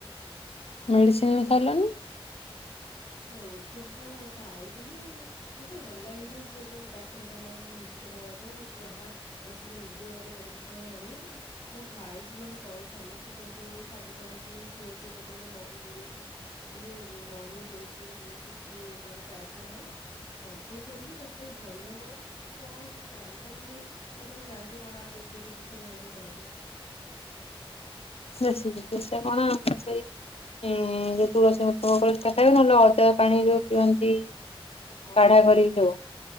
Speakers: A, on the left (about 85°); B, on the left (about 65°).
A: ମେଡିସିନ ଖାଇଲନି?
B: ହ ଓଷଦ ତ ଖାଇଥିଲି ମତେ ଭଲ ଲାଗେ ନାଇ, ସେ ଯୋଉ ଡାକ୍ତରଖାନା ଔଷଧ ଖାଇବା ପାଇଁ ମତେ ଯାହା ଔଷଧ ନିଜେ ଘରେ ବନେଇ ଖାଇବା ଭଲ ଆ ମୁଁ ଖାଇଛି କଣ କହିଲି ସମସ୍ତେ କହୁଛନ୍ତି ଶାଗୁ ପାାଣି ପିଇ, ତୁଳସୀ ପତ୍ରରେ ମହୁ ବୁଡେଇକି ଏ ଯୋଉ ମହୁ ତୁଳସୀ ପତର ବୁଡେଇକି କଣ ଚାଟ ନା କଣ ସବୁ କରୁଛି। ତଥାପି ଭଲ ହଉନି। କଣ କିଛି ଜାଣିପାରୁନି ଆ? ତମେ ଜାଣିଛ କଣ ଆଉ ଦେଶୀ ଚି? ବିଷୟରେ ମତେ ଟିକେ କହିଲ?
A: ଦେଶୀ ଚିକିତ୍ସା କଣ? ଆମର ସେଇଁ ଯୋଉ ତୁଳସୀ ମତଳ ସେଟା ଖାଇବ, ନହେଲେ ଅଦା ପାଣି ଯୋଉ ପିଅନ୍ତି।
B: ଅଳତା
A: କାଢା
B: ପାଣି
A: କରିକି ଦଉ,